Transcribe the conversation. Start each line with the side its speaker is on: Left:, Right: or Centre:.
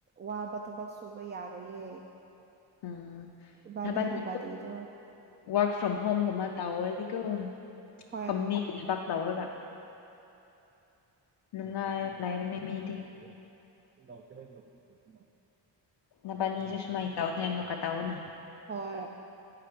Right: ꯋꯥꯕ ꯊꯕꯛ ꯁꯨꯕ ꯌꯥꯔꯣꯏꯌꯦ꯫
Left: ꯎꯝ
Right: ꯏꯕꯥꯅꯤꯒꯤ
Left: ꯅꯕꯥꯅꯤꯗꯨ
Right: ꯕꯥꯗꯤꯗꯣ
Left: ꯋꯥ꯭ꯔꯛ ꯐ꯭ꯔꯣꯝ ꯍꯣꯝꯒꯨꯝꯕ ꯇꯧꯔꯗꯤ ꯀꯣ
Right: ꯍꯣꯏ
Left: ꯀꯝꯅꯤ ꯊꯕꯛ ꯇꯧꯔꯒ
Right: <inaudible>
Left: ꯅꯨꯡꯉꯥꯏꯔ ꯂꯩꯔꯅꯤ ꯃꯤꯗꯤ
Right: <inaudible>
Left: ꯅꯕꯥꯅꯤꯁꯨ ꯁꯨꯃꯥꯏꯅ ꯇꯧꯅꯤ ꯑꯃꯨꯛꯀ ꯇꯧꯑꯣꯅ
Right: ꯍꯣꯏ